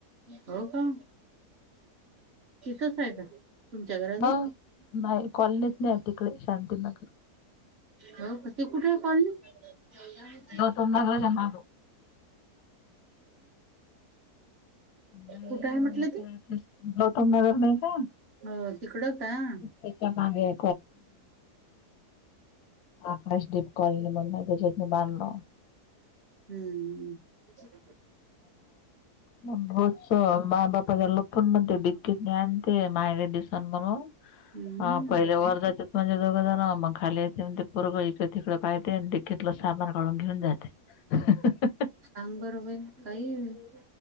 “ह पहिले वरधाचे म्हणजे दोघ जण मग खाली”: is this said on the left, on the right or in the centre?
Left